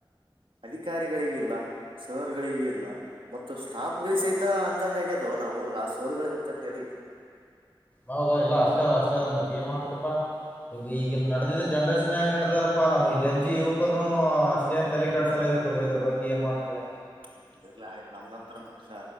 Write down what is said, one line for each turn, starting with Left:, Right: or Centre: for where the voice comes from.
Right: ಅಧಿಕಾರಿಗಳಿಗ ಇಲ್ಲ ಸರ್ ಗಳಿಿಗೆ ಇಲ್ಲ ಮತ್ತು ಸ್ಟಾಫ್ ಗಳ ಸಹಿತ ಅಂದಂಗ ಆಗ್ಯದವು ನಾವು ಆ ಸೋರ್ಗಳ ತಟ್ಟಿರ್ಲಿ
Left: ಹೌದು ಎಲ್ಲ ಅಷ್ಟ
Right: ಇರ್ಲಿ
Left: ಅಷ್ಟ ಅದ ಮತ್ತತ್ ಏನ್ ಮಾಡ್ತ ಇಪ್ಪ ಈಗ ನದಿದ್ದ ಜನರೇಶನ್ ನ್ಯ್ ನಡ್ದದಲ್ಪಾ ನಮ್ ಈ ಜಂಜಿ ಯುವಕರನು ಅಷ್ಟೇನ್ ತಲೆ ಕಡಸಲ್ಲ ಇದ ಇದ್ರ ಬಗ್ಗೆ ಏನ್ ಮಾಡ್ತಿಯಾ
Right: ಇರ್ಲಿ ಇರ್ಲಿ ಆಯ್ತು ನಮ್ದಂತ್ರ ಹೊಸ